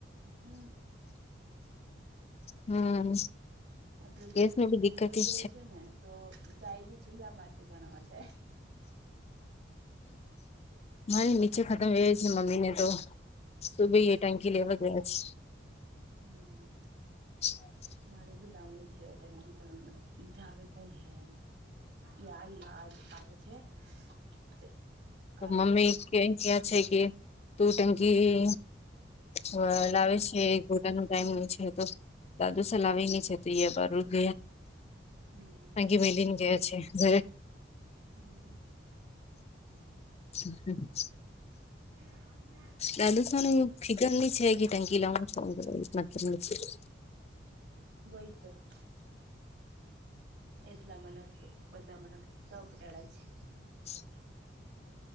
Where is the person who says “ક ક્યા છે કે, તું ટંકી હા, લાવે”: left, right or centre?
Left